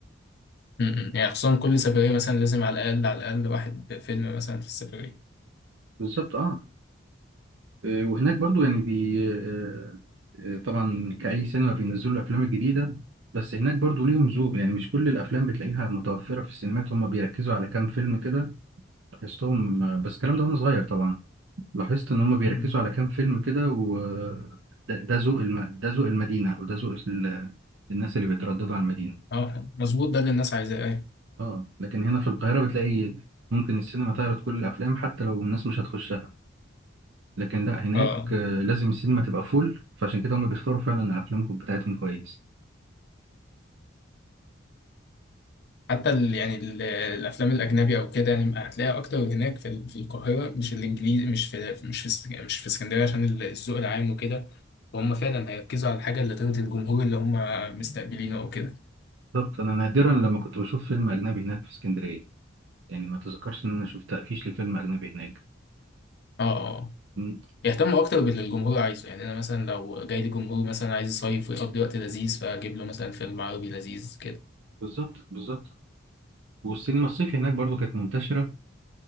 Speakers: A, on the left (about 55°); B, on the right (about 70°).
A: م-م. يعني خصوصا كل سفرية مثلا لازم على الأقل على الأقل واحد فيلم مثلا في السفرية
B: بالظبط اه آه، وهناك برضو يعني بي آه، آه، طبعا كأي سينما بينزلوا الأفلام الجديدة بس هناك برضو ليهم ذوق يعني مش كل الأفلام بتلاقيها متوفرة في السينمات هم بيركزوا على كام فيلم كده لاحظتهم آه، بس الكلام ده وأنا صغير طبعا لاحظت إن هم بيركزوا
A: مم.
B: على كام فيلم كده و آه، ده ده ذوق الم... ده ذوق المدينة أو ده ذوق ال... الناس اللي بيترددوا على المدينة
A: اه مظبوط ده اللي الناس عايزاه أيوة
B: اه لكن هنا في القاهرة بتلاقي ممكن السينما تعرض كل الأفلام حتى لو الناس مش هتخشها لكن لا هناك
A: اه
B: آه، لازم السينما تبقى فول فعشان كده هم بيختاروا فعلا افلامكم بتاعتهم كويس
A: حتى ال يعني ال الأفلام الأجنبي أو كده يعني هتلاقيها أكتر هناك في ال- في القاهرة مش الإنجليزي مش في مش في اسك- مش في اسكندرية عشان ال- الذوق العام وكده فهم فعلا هيركزوا على الحاجة اللي ترضي الجمهور اللي هم مستقبلينه أو كده
B: بالظبط انا نادرا لما كنت بشوف فيلم اجنبي هناك في اسكندريه يعني ما تذكرش ان انا شفت تقفيش لفيلم اجنبي هناك
A: اه اه اه.
B: مم،
A: يهتموا أكتر باللي الجمهور عايزه يعني أنا مثلا لو جاي لي جمهور مثلا عايز يصيف ويقضي وقت لذيذ فأجيب له مثلا فيلم عربي لذيذ كده
B: بالظبط بالظبط والسينما الصيفي هناك برضو كانت منتشره